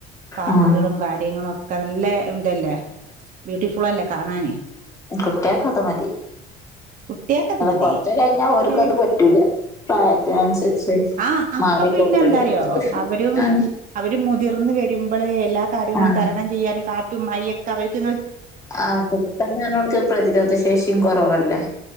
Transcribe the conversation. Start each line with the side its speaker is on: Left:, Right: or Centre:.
Right: പാർക്കുകളും
Left: ആഹ്
Right: കാര്യങ്ങളും ഒക്കെ നല്ല ഉണ്ടല്ലേ ബ്യൂട്ടിഫുൾല്ലേ കാണാന്
Left: കുട്ടിയക്ക് അത് മതി
Right: കുട്ടികക്കത് മതി
Left: കൊറച്ച കഴിഞ്ഞാ
Right: കുട്ടിക
Left: അവർക്ക്ത് പറ്റ് റ്റൂല്ല പ്രായത്തിനനുസരിച്ച്-
Right: ആഹ് അപ്പൊ
Left: മാറി
Right: പിന്നെ
Left: കൊടുക്കണ്ടി
Right: എന്താറിയോ
Left: വരും
Right: അവര് - അവര് മുതിർന്ന വരുമ്പോളേ എല്ലാ കാര്യങ്ങളും
Left: ആഹ്
Right: തരണം ചെയ്യാനും കാറ്റുംമായിക്കെ അവർക്ക് നിങ്ങ
Left: ആ പെട്ടെന്നോക്ക് പ്രതിരോധ ശേഷിം കൊറവല്ലേ